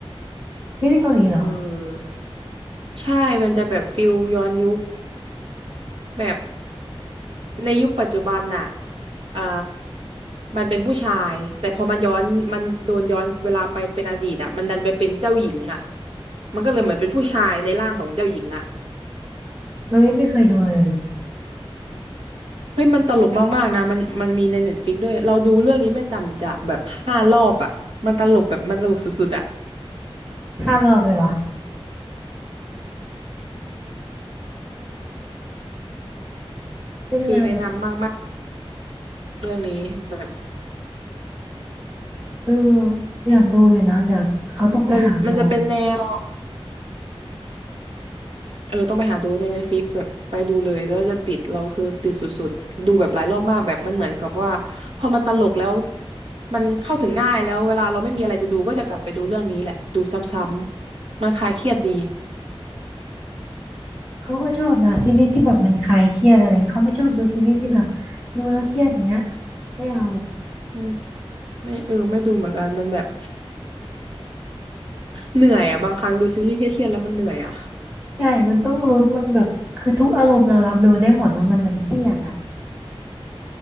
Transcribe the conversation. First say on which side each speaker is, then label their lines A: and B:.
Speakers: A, on the right (about 35°); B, on the right (about 70°).
A: ซีรีส์เกาหลีเหรอ
B: เออใช่มันจะแบบฟิลย้อนยุคแบบในยุคปัจจุบันน่ะอ่ามันเป็นผู้ชายแต่พอมันย้อนมันโดนย้อนเวลาไปเป็นอดีตอะมันดันไปเป็นเจ้าหญิงอะมันก็เลยเหมือนเป็นผู้ชายในร่างของเจ้าหญิงอะ
A: เอ้ยไม่เคยดูเลย
B: เฮ้ยมันตลกมากๆนะมันมันมีในเน็ตฟลิกด้วยเราดูเรื่องนี้ไม่ต่ำจากแบบห้ารอบอ่ะมันตลกแบบมันตลกสุดๆอ่ะ
A: ห้ารอบเลยเหรอเป็นแนวแบบ
B: คือแนะนำมากๆเรื่องนี้แบบ
A: เอออยากดูอยู่นะเดี๋ยวเขาต้องไปหาดู
B: มันมันจะเป็นแนวเออต้องไปหาดูในเน็ตฟิกแบบไปดูเลยแล้วจะติดเราคือติดสุดๆดูแบบหลายรอบมากแบบมันเหมือนกับว่าพอมันตลกแล้วมันเข้าถึงง่ายแล้วเวลาเราไม่มีอะไรจะดูก็จะกลับไปดูเรื่องนี้แหละดูซ้ำๆมันคลายเครียดดี
A: เขาก็ชอบนะซีรีส์ที่แบบมันคลายเครียดอะไรอย่างเงี้ยเขาไม่ชอบดูซีรีส์ที่แบบดูแล้วเครียดอย่างเงี้ยไม่เอา
B: อืมไม่เออไม่ดูเหมือนกันมันแบบ เหนื่อยอ่ะบางครั้งดูซีรีส์เครียดๆแล้วมันเหนื่อยอ่ะ
A: ใช่มันต้องลุ้นมันแบบคือทุกอารมณ์เรารับรู้ได้หมดแล้วมันมันเครียดอ่ะ